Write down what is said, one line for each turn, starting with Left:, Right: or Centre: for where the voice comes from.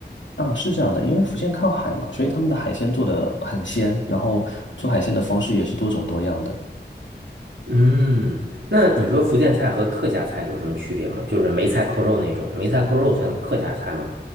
Left: 啊，是这样的，因为福建靠海嘛，所以他们的海鲜做的很鲜，然后做海鲜的方式也是多种多样的。
Right: 嗯，那你说福建菜和客家菜有什么区别吗？就是梅菜扣肉那种，梅菜扣肉算客家菜吗？